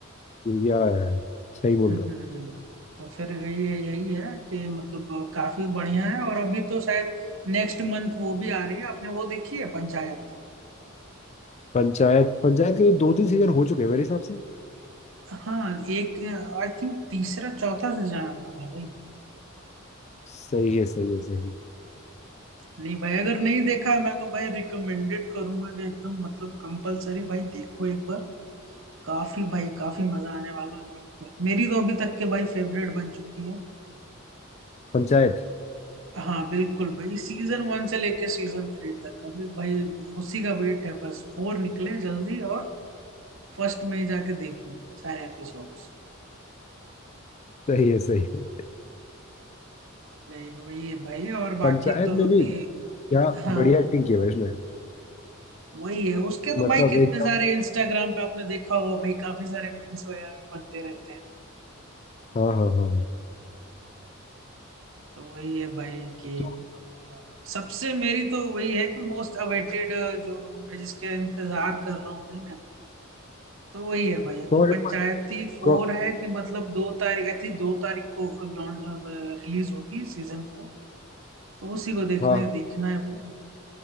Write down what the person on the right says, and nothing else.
हम्म
तो फिर यही है यही है कि मतलब अ, काफी बढ़िया है और अभी तो शायद नेक्स्ट मंथ वो भी आ रही है आपने वो देखी है पंचायत
हाँ एक आई थिंक तीसरा चौथा सीजन आने वाला है भाई
नहीं भाई अगर नहीं देखा है मैं तो भाई रिकमेंडेड करूंगा कि एकदम मतलब कंपलसरी भाई देखो एक बार काफी भाई काफी मजा आने वाला है देख कर। मेरी तो अभी तक के भाई फेवरेट बन चुकी है
हाँ बिल्कुल भाई सीजन वन से लेके सीजन थ्री तक अभी भाई उसी का वेट है बस फोर निकले जल्दी और फर्स्ट में ही जाके देख लूंगा सारे एपिसोड्स
लाइक वही है भाई और
बाकी तो
अभी
हाँ
वही है उसके तो
भाई कितने
सारे इंस्टाग्राम पे आपने देखा होगा भाई काफी सारे मीम्स वगैरह भी बनते रहते हैं
तो वही है भाई कि
मतलब अ, सबसे मेरी तो वही है कि मोस्ट अवेटेड जो मैं जिसके इंतजार कर रहा हूँ भाई तो वही है भाई अभी
पंचायती फोर
है कि मतलब दो तारीख आई थी दो तारीख को रिलीज होगी सीजन फोर तो उसी को देखने
देखना है भाई